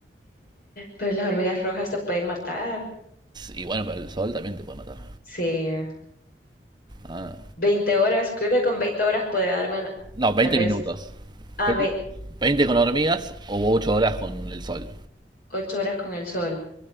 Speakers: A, on the left (about 55°); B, on the right (about 25°).
A: Pero las hormigas rojas te pueden matar.
B: Y bueno, pero el sol también te puede matar.
A: Sí.
B: Ah.
A: 20 horas, creo que con veinte horas podría darme una-
B: No, 20
A: tal vez
B: minutos.
A: a
B: 20 20 con hormigas o 8 horas con el sol.
A: 8 horas con el sol.